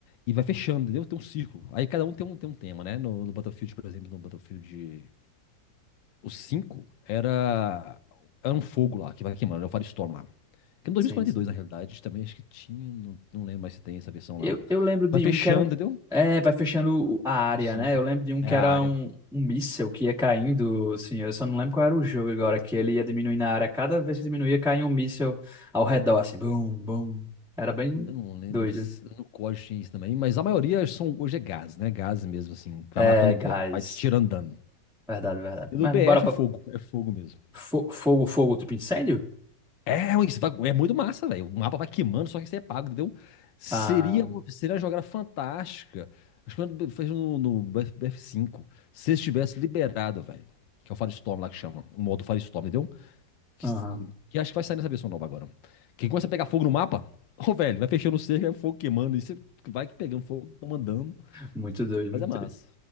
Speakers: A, on the left; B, in the centre.
A: e vai fechando, entendeu? Tem um círculo. Aí cada um tem um, tem um tema, né? No, no Battlefield, por exemplo, no Battlefield o 5 era, era um fogo lá, que vai queimando, é o Firestorm lá. Que no dois
B: Sim,
A: mil e e quarenta
B: sim.
A: e dois na realidade, também acho que tinha, não, não lembro mais se tem essa versão
B: Eu,
A: lá.
B: eu lembro de
A: Vai fechando,
B: um que era um.
A: entendeu?
B: É, vai fechando o- a área,
A: O círculo.
B: né? Eu lembro de um que
A: É
B: era
A: a área.
B: um, um míssel que ia caindo, assim. Eu só não lembro qual era o jogo agora, que ele ia diminuindo a área. Cada vez que diminuía, caía um míssel ao redor, assim. Bum, bum. Era bem
A: Eu não lembro,
B: doido.
A: se- no código tinha isso também, mas a maioria são, hoje é gás, né? Gás mesmo, assim, que vai
B: É,
A: matando,
B: gás.
A: vai te tirando dano.
B: Verdade, verdade.
A: E
B: Mas
A: no BF
B: bora pra
A: é fogo, é fogo mesmo.
B: fo- fogo, fogo, tipo incêndio?
A: É, isso vai- é muito massa, velho. O mapa vai queimando, só que isso é pago, entendeu? Seria,
B: Ah,
A: seria uma jogada fantástica. Acho que quando fez no, no bf cinco, Se estivesse liberado, velho. Que é o Firestorm lá que chama. O modo Firestorm, entendeu? Que,
B: aham.
A: que acho que vai sair nessa versão nova agora. Que começa a pegar fogo no mapa. Ô, velho, vai fechando o cerco, aí o fogo queimando. E você vai pegando fogo, mandando.
B: Muito doido, muito
A: Mas é massa.
B: doido.